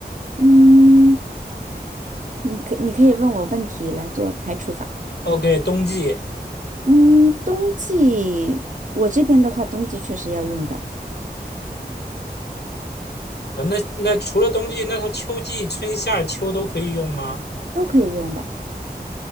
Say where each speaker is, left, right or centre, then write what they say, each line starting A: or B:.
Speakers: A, on the right; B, on the left.
A: 嗯，你可你可以问我问题来做排除法。
B: ？OK，冬季。
A: 嗯，冬季我这边的话，冬季确实要用到，
B: 呃，那那除了冬季，那它秋季、春夏秋都可以用吗？
A: 都可以用的。